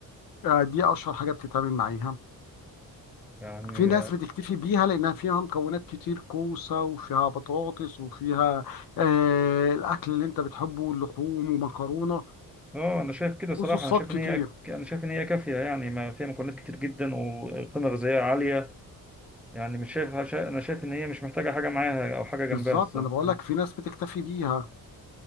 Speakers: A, on the left; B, in the centre.
A: آه دي اشهر حاجه بتتعمل معاها
B: يعني
A: في ناس بتكتفي بيها لانها فيها مكونات كتير كوسه وفيها بطاطس وفيها آه الاكل اللي انت بتحبه اللحوم ومكرونه
B: اه أنا شايف كده صراحة
A: وصوصات
B: أنا شايف إن
A: كتير
B: هي ك- أنا شايف إن هي كافية يعني ما فيها مكونات كتير جدا وقيمة غذائية عالية يعني مش شايف شا- أنا شايف إن هي مش محتاجة حاجة معاها أو حاجة جنبها
A: بالظبط
B: الصراحة
A: انا بقول
B: مم.
A: لك في ناس بتكتفي بيها